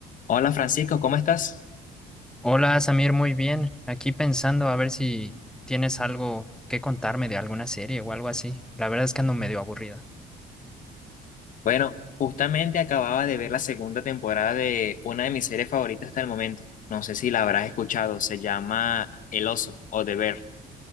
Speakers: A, on the left; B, in the centre.
A: Hola Francisco, ¿cómo estás?
B: Hola Samir, muy bien. Aquí pensando a ver si tienes algo que contarme de alguna serie o algo así. La verdad es que ando medio aburrido.
A: Bueno, justamente acababa de ver la segunda temporada de una de mis series favoritas hasta el momento. No sé si la habrás escuchado, se llama El Oso o The Bear.